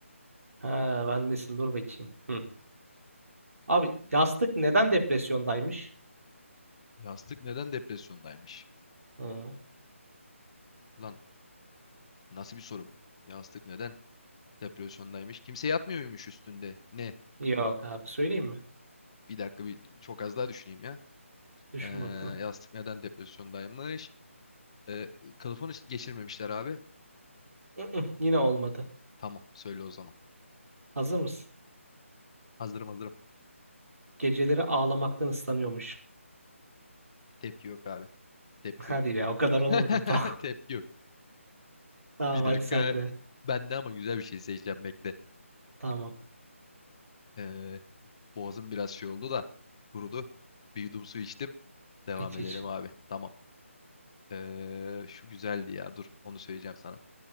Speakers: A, on the right; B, on the left.
A: Ha bendesin dur bakayım. Hı. Abi yastık neden depresyondaymış?
B: Yastık neden depresyondaymış?
A: Hı.
B: Lan nasıl bir soru bu? Yastık neden depresyondaymış? Kimse yatmıyormuş üstünde. Ne?
A: Yok abi söyleyeyim mi?
B: Bir dakika bir çok az daha düşüneyim ya.
A: Düşün
B: Ee,
A: bakalım.
B: yastık neden depresyondaymış? Ee, kılıfını geçirmemişler abi.
A: Mm-mm, yine olmadı.
B: Tamam. Söyle o zaman.
A: Hazır mısın?
B: Hazırım hazırım.
A: Geceleri ağlamaktan ıslanıyormuş.
B: Tepki yok abi.
A: <laughs>
B: Tepki
A: Hadi
B: yok.
A: ya o kadar
B: <laughs>
A: olmadı. <laughs> Tamam,
B: Tepki yok.
A: tamam
B: Bir
A: hadi
B: dakika.
A: sen de.
B: Ben de ama güzel bir şey seçeceğim bekle.
A: Tamam.
B: Ee, Boğazım biraz şey oldu da kurudu. Bir yudum su içtim. Devam
A: İç
B: edelim
A: iç.
B: abi. Tamam. Ee, şu güzeldi ya. Dur onu söyleyeceğim sana.